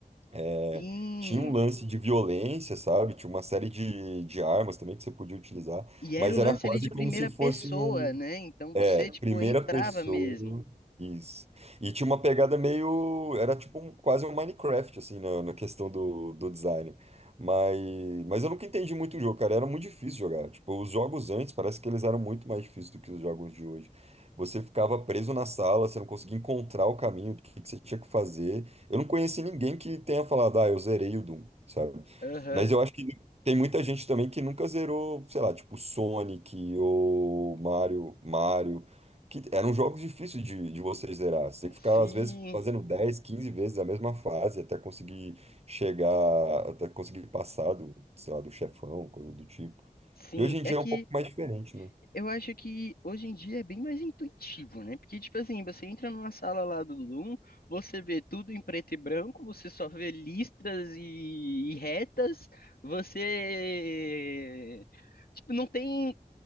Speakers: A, on the right; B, on the left.
A: É,
B: Sim.
A: Tinha um lance de violência, sabe? Tinha uma série de, de armas também que você podia utilizar,
B: E era
A: mas
B: o lance
A: era quase
B: ali de
A: como
B: primeira
A: se fosse
B: pessoa,
A: um.
B: né? Então
A: É,
B: você,
A: Era
B: tipo,
A: um primeira
B: entrava
A: muito pessoa.
B: mesmo.
A: Isso. E tinha uma pegada meio. Era tipo um- quase um Minecraft, assim, na, na questão do, do design. Mas, mas eu nunca entendi muito o jogo, cara. Era muito difícil jogar. Tipo, os jogos antes parece que eles eram muito mais difíceis do que os jogos de hoje. Você ficava preso na sala, você não conseguia encontrar o caminho do que, que você tinha que fazer. Eu não conheci ninguém que tenha falado, ah, eu zerei o Doom, sabe?
B: Aham.
A: Mas eu acho que tem muita gente também que nunca zerou, sei lá, tipo Sonic ou Mario, Mario, que eram jogos difíceis de, de você zerar. Você tem que ficar,
B: Sim.
A: às vezes, fazendo 10 15 vezes a mesma fase até conseguir chegar, até conseguir passar do, sei lá, do chefão, coisa do tipo.
B: Sim.
A: E hoje em dia
B: É que
A: é um pouco mais diferente, né?
B: Eu acho que hoje em dia é bem mais intuitivo, né? Porque, tipo assim, você entra numa sala lá do Doom, você vê tudo em preto e branco, você só vê listras e, e retas, você. Tipo, não tem